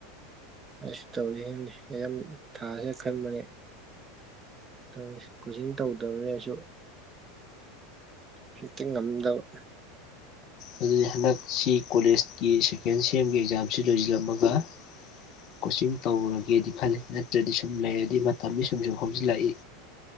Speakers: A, on the right; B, on the left.
A: ꯑꯁ ꯇꯧꯔꯤꯅꯤ ꯑꯦꯛꯖꯥꯝ ꯊꯥꯁꯤꯔꯥ ꯈꯟꯕꯅꯦ ꯇꯧꯏꯁꯦ ꯀꯣꯆꯤꯡ ꯇꯧꯗꯕ꯭ꯔꯥꯁꯨ ꯍꯦꯛꯇ ꯉꯝꯗꯕ
B: ꯑꯗꯨꯗꯤ ꯍꯟꯗꯛꯁꯤ ꯀꯣꯂꯦꯖꯀꯤ ꯁꯦꯀꯦꯟ ꯁꯦꯝꯒꯤ ꯑꯦꯛꯖꯥꯝꯁꯤ ꯂꯣꯏꯁꯤꯜꯂꯝꯃꯥꯒ ꯀꯣꯆꯤꯡ ꯇꯧꯔꯒꯦꯗꯤ ꯈꯜꯂꯤ ꯅꯠꯇ꯭ꯔꯥꯗꯤ ꯁꯨꯝ ꯂꯩꯔꯗꯤ ꯃꯇꯝꯗꯤ ꯁꯨꯝ ꯁꯨꯝ ꯍꯧꯖꯤꯜꯂꯛꯏ